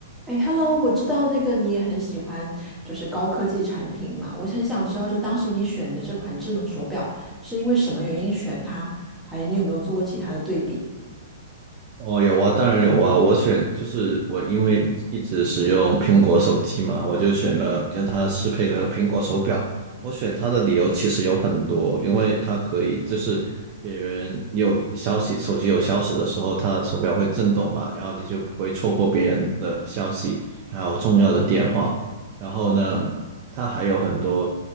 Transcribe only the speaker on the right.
哦，有啊，当然有啊。我选就是我，因为一直使用苹果手机嘛，我就选了跟它适配的苹果手表。我选它的理由其实有很多，因为它可以就是别人有消息，手机有消息的时候，它的手表会震动嘛，然后你就不会错过别人的消息，还有重要的电话。然后呢，它还有很多